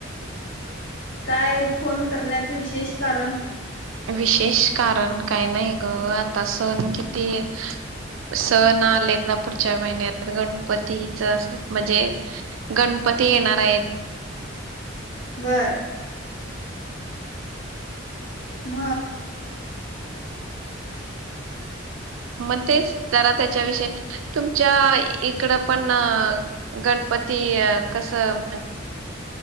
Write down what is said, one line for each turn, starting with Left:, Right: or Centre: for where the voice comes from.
Left: काय फोन करण्याच विशेष कारण?
Right: विशेष कारण काही नाही ग, आता सण कि ती सण आलेतना पु च्या महिन्यात गणपतीच, म्हणजे गणपती येणार आहेत.
Left: बर. म
Right: मग तेच जरा त्याच्याविषयी तुमच्या इकड पण अ गणपती कसं